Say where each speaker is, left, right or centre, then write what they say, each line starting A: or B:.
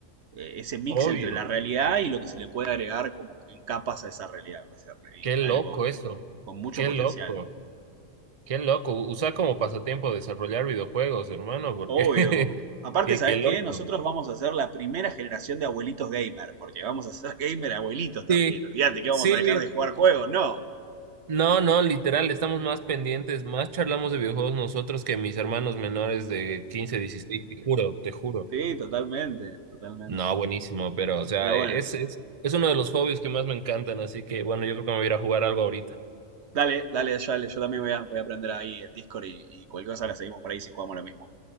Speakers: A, on the right; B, on the right.
A: eh, ese mix
B: Obvio.
A: entre la realidad y lo que se le puede agregar como en capas a esa realidad. Va a ser eh,
B: Qué loco
A: algo que-
B: eso.
A: con mucho
B: Qué
A: potencial.
B: loco. Qué loco, usa como pasatiempo desarrollar videojuegos, hermano, porque
A: Obvio.
B: <laughs>
A: Aparte,
B: qué,
A: ¿sabes
B: qué loco.
A: qué? Nosotros vamos a ser la primera generación de abuelitos gamer, porque vamos a ser <laughs> gamer abuelitos también.
B: Sí,
A: Olvídate que vamos
B: sí,
A: a dejar
B: li-
A: de jugar juegos, no.
B: no, no, literal, estamos más pendientes, más charlamos de videojuegos nosotros que mis hermanos menores de 15, 16. te juro, te juro.
A: Sí, totalmente, totalmente.
B: No, buenísimo, pero, o sea,
A: Pero bueno,
B: e-, es, es, es uno de los hobbies que más me encantan, así que, bueno, yo creo que me voy a ir a jugar algo ahorita.
A: dale, dale, yo, yo también voy a, voy a aprender ahí el Discord y, y cualquier cosa la seguimos por ahí si jugamos lo mismo.